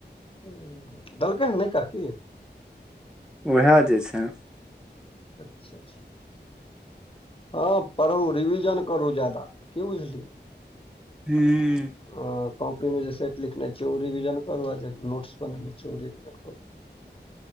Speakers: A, on the left; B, in the centre.
A: हँ देलकैन नै काकी
B: उएह जे छै
A: अच्छा अच्छा हँ पढ़ू रिविजन करू ज्यादा की बुझलियै
B: हूँ
A: ओ कॉपी मे जे सेट लिखने छियै ओ रिविजन करू आ जे नोट्स बनेने छियै ओ रिविजन करू